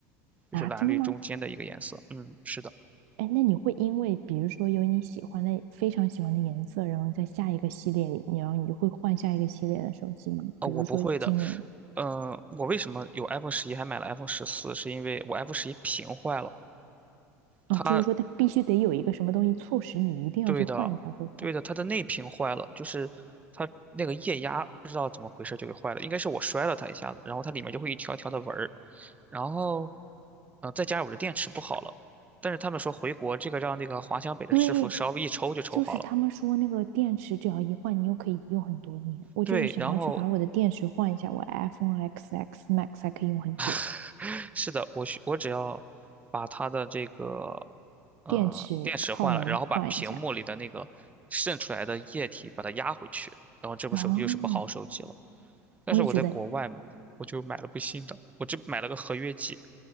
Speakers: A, on the right; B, on the right.
A: 就是蓝绿中间的一个颜色。
B: 啊！真的吗？
A: 嗯，是的，
B: 哎，那你会因为比如说有你喜欢的非常喜欢的颜色，然后在下一个系列里，然后你就会换下一个系列的手机吗？
A: 啊，
B: 比如说今年，
A: 我不会的。嗯、我为什么有 iPhone 十一还买了 iPhone 十四？是因为我 iPhone 十一屏坏了，
B: 啊，
A: 它
B: 就是说它必须得有一个什么东西促使你一定要去换，
A: 对的，
B: 你才会换。
A: 对的，它的内屏坏了，就是它那个液压不知道怎么回事就给坏了，应该是我摔了它一下子，然后它里面就会一条条的纹儿，然后，呃，再加上我的电池不好了。但是他们说回国这个让那个华强北的师傅稍微一抽就抽好了，
B: 对，就是他们说那个电池只要一换，你又可以用很多年。我就是想要去把我的电池换一下，
A: 对，然后
B: 我 iPhone XX Max 还可以用很久，
A: <laughs> 是的，我需我只要把它的这个呃电池换了，
B: 电池耗能换一下。
A: 然后把屏幕里的那个渗出来的液体把它压回去，然后这部手机又是部好手机了。
B: 哦，
A: 但是我在国外嘛，
B: 我也觉得
A: 我就买了部新的，我这买了个合约机。